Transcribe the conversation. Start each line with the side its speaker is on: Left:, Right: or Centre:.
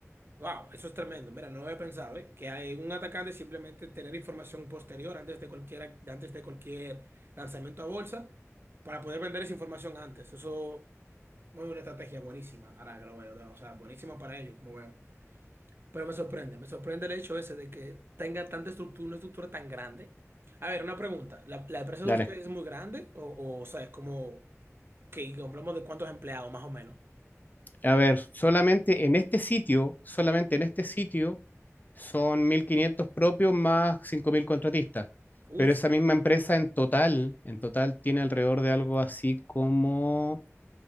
Right: Wow, eso es tremendo. Mira, no lo había pensado, ¿eh? Que hay un atacante simplemente tener información posterior antes de cualquier, antes de cualquier lanzamiento a bolsa para poder vender esa información antes. Eso es una estrategia buenísima, ahora que lo veo, ¿no? o sea, buenísima para ellos, como veo. Pero me sorprende, me sorprende el hecho ese de que tenga tanta estructura, una estructura tan grande. A ver, una pregunta. ¿La, la empresa
Left: dale.
Right: de ustedes es muy grande? O, o, o sea, es como que hablamos de cuántos empleados, más o menos.
Left: A ver, solamente en este sitio, solamente en este sitio son 1.500 propios más 5.000 contratistas,
Right: Uf,
Left: pero esa misma empresa en total, en total tiene alrededor de algo así como